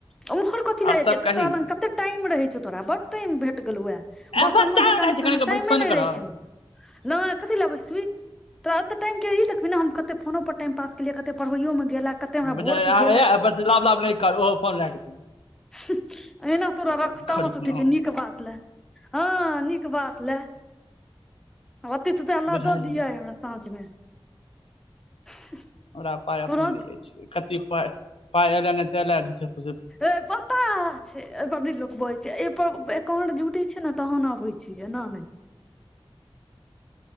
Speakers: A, in the centre; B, on the left.
A: <inaudible> ओमहर कथी लए
B: आर सब
A: जाइ छ एत
B: कही
A: त लग कते टाइम रहै छौ तोरा बड टाइम भेट गेलौ ओएह
B: ऐसा
A: बर्तनमे
B: टाइम
A: जेकाँ
B: रहै छै कनि
A: तोरा टाइमे
B: फोन
A: नहि
B: करब
A: रहै छो नए कथी लै बैसबीही तोरा तऽ टाइम के ई देखबिही ने हम केते फोनो पर टाइम पास केलियै केते पढ़ैयो मे गेल ए, कते हमरा
B: बुझाए
A: भोर से गेल
B: एय
A: ए,
B: आब बेसी लभ लभ नहि कर ओहो फोन राखि दीही
A: हूँह एना तोरा रख तामस
B: करैमे
A: उठै छौ नीक बात लए हँ नीक बात लए ओ तीस रुपैआ लऽ
B: बुझलियै
A: दऽ दिहे आय हमरा साँझमे <unintelligible>
B: हमरा पाइ अपने
A: तुरत
B: नहि अछि कथि के पाइ एले नहि तेलय आ झूठे फुसे
A: ए बताह छै एहि पर लोक नए बजै छैय एय पर फंड जुटै छै ने तहन आबै छियै एना नहि